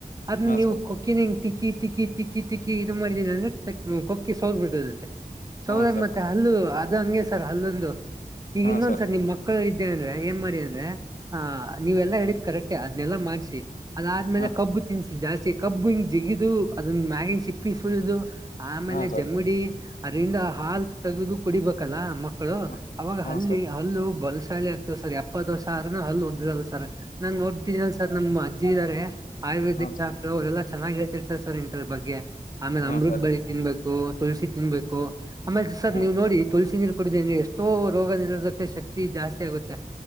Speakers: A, on the right; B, on the left.
A: ಅದನ್ನ
B: ಹಾಂ
A: ನೀವು
B: ಸರ್
A: ಕೊಕ್ಕಿನ ಹಿಂಗ ತಿಕ್ಕಿ ತಿಕ್ಕಿ ತಿಕ್ಕಿ ತಿಕ್ಕಿ ಇದು ಮಾಡಿದೀನಿ ಅಂದ್ರ ಕೊಕ್ಕಿ ಸೋದ ಬಿಡ್ತದದೆ ಸೌದಾಗ
B: ಹಾಂ ಸರ್
A: ಮತ್ತೆ ಹಲ್ಲು ಅದ ಹಂಗೆ ಸರ್ ಹಲ್ಲೊಂದು ಈಗ
B: ಹಾಂ
A: ಇನ್ನೊಂದ್ಸರ
B: ಸರ್
A: ನಿಮ್ ಮ ಮಕ್ಕಳು ಇದ್ದೆ ಅಂದ್ರೆ ಏನ್ ಮಾಡಿ ಅಂದ್ರೆ ಆ ನೀವೆಲ್ಲಾ ಹೇಳಿದ ಕರೆಕ್ಟೇ ಅದ್ನೆಲ್ಲಾ ಮಾಡ್ಸಿ. ಅದಾದ್ಮೇಲೆ
B: ಹಾಂ
A: ಕಬ್ಬು ತಿನ್ಸಿ ಜಾಸ್ತಿ ಕಬ್ಬು ಹಿಂಗ ಜಿಗಿದು ಅದನ್ ಮ್ಯಾಗಿನ್ ಸಿಪ್ಪಿ ಸುಲ್ದು ಆಮೇಲೆ
B: ಹಾಂ ಸರ್
A: ಜಮಡಿ ಅದರಿಂದ ಹಾಲ ತಗದು ಕುಡಿಬೇಕಲ್ಲ ಮ ಮಕ್ಕಳು
B: ಹಾಂ
A: ಅವಾಗ
B: ಹಾಂ
A: ಹಲ್ಲಿ
B: ಸರ್
A: ಹಲ್ಲು ಬಲ್ಸಾಲಿ ಆ ಸರ್ ಎಪ್ಪತ್ತ ವರ್ಷ ಆದ್ರೂ ಹಲ್ಲ ಉದ್ದರಲ್ಲ ಸರ್ ನಾನ್ ನೋಡ್ತೀನಿ ಅಲ್ಲ ಸರ್ ನಮ್ಮ ಅಜ್ಜಿ ಇದಾರೆ. ಆಯುರ್ವೇದಿಕ
B: ಹಾಂ
A: ಕ್ಡಾಕ್ಟರ್
B: ಸರ್
A: ಅವರೆಲ್ಲ ಚೆನ್ನಾಗಿ ಹೇಳ್ತಿರಾರ ಸರ್ ಇಂತದ ಬಗ್ಗೆ ಆಮೇಲೆ
B: ಹಾಂ
A: ಅಮೃತ
B: ಸರಿ
A: ಬಳಿ ತಿನ್ಬೇಕ ಹು ತುಳಸಿ ತಿನ್ಬೇಕು ಆಮೇಲೆ ಸರ್
B: ಹಾಂ
A: ನೀವ್ ನೋಡಿ ತುಳಸಿ ನೀರ ಕುಡುದ ಅಂದ್ರೆ ಎಷ್ ತೊ ರೋಗ ನಿರೋಧಕ ಶಕ್ತಿ ಜಾಸ್ತಿ ಆಗುತ್ತೆ.